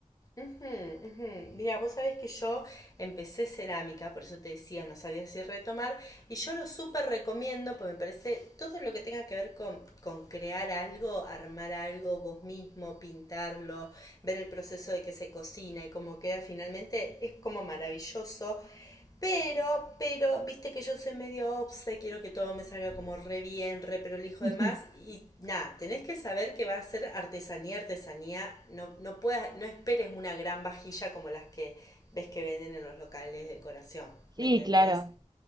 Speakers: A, on the left; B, on the right.
A: Ujú, ujú. Mira, vos sabés que yo empecé cerámica, por eso te decía, no sabía si retomar, y yo lo súper recomiendo, porque me parece todo lo que tenga que ver con, con crear algo, armar algo vos mismo, pintarlo, ver el proceso de que se cocina y cómo queda finalmente, es como maravilloso. Pero, pero, viste que yo soy medio obse, quiero que todo me salga como re bien, re pero hijo
B: <laughs>
A: de más. Y nada, tenés que saber que va a ser artesanía, artesanía. No, no, puedas, no esperes una gran vajilla como las que ves que venden en los locales de decoración,
B: Sí,
A: ¿me entendés?
B: claro.